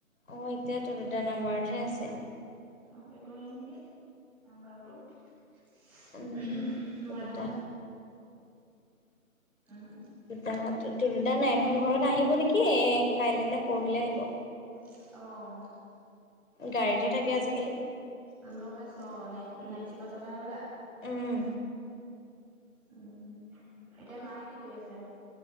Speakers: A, on the left; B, in the centre.
A: অঁ এতিয়াটো দুটা নম্বাৰৰতহে আছে
B: অঁ সেইটোৱে নেকি নাম্বাৰটো ওচচ
A: উম
B: ওহোঁ
A: তুলুদা
B: মৰা নাই উমঁ!
A: দেউতা হত নহলে এইখন ঘৰত আহিব নেকি এ কাইলে নে পৰহিলে আহিব
B: অঁ
A: গাড়ীতহে থাকে আজিকালি
B: উমঁ গম পাইছো অ নাই নাইট চুপাৰ চলাই হ'বলা।
A: উমঁ!
B: উমঁ! এতিয়া মায়ে কি কৰি আছে?